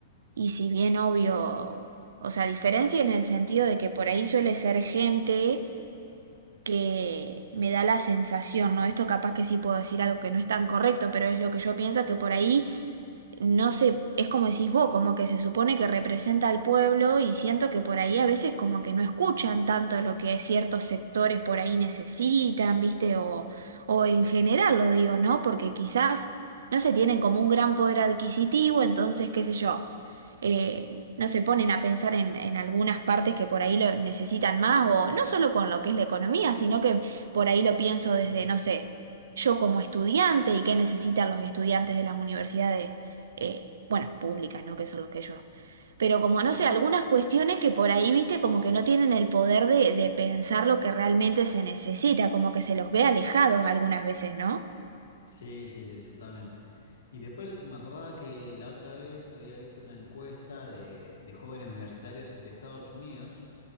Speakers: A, on the right (about 80°); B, on the left (about 85°).
A: Y si bien obvio, o sea, diferencia en el sentido de que por ahí suele ser gente que me da la sensación, ¿no? Esto capaz que sí puedo decir algo que no es tan correcto, pero es lo que yo pienso, que por ahí no sé, es como decís vos, como que se supone que representa al pueblo y siento que por ahí a veces como que no escuchan tanto lo que ciertos sectores por ahí necesitan, ¿viste? O, o en general lo digo, ¿no? Porque quizás no se tienen como un gran poder adquisitivo, entonces, qué sé yo, eh, no se ponen a pensar en, en algunas partes que por ahí lo necesitan más, o no solo con lo que es la economía, sino que por ahí lo pienso desde, no sé. Yo como estudiante y qué necesitan los estudiantes de las universidades eh, bueno, públicas, ¿no? Que son los que yo. Pero como no sé, algunas cuestiones que por ahí, viste, como que no tienen el poder de, de pensar lo que realmente se necesita, como que se los ve alejados algunas veces, ¿no?
B: Sí, sí, sí, totalmente. Y después me acordaba que la otra vez había visto una encuesta de, de jóvenes universitarios de Estados Unidos